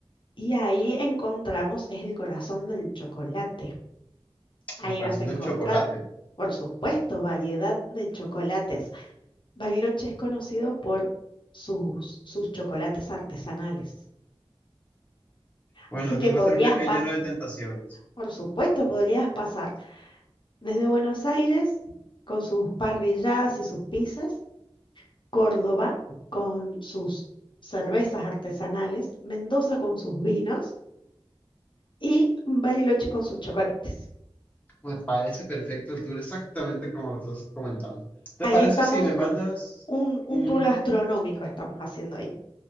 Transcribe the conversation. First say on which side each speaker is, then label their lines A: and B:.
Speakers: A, on the left; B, on the left.
A: Y ahí encontramos, es el corazón del chocolate. Ahí
B: El corazón
A: vas a encontrar,
B: del chocolate.
A: por supuesto, variedad de chocolates. Bariloche es conocido por sus, sus chocolates artesanales.
B: Bueno,
A: Así
B: entonces
A: que podrías
B: va a ser un viaje
A: pasar,
B: lleno de tentaciones.
A: por supuesto, podrías pasar desde Buenos Aires con sus parrilladas y sus pizzas Córdoba con sus cervezas artesanales, Mendoza con sus vinos y Bariloche con sus chocolates.
B: Me parece perfecto el tour, exactamente como lo estás comentando. ¿Te
A: Ahí
B: parece
A: estamos,
B: si me mandas
A: un, un
B: un...
A: tour gastronómico estamos haciendo ahí.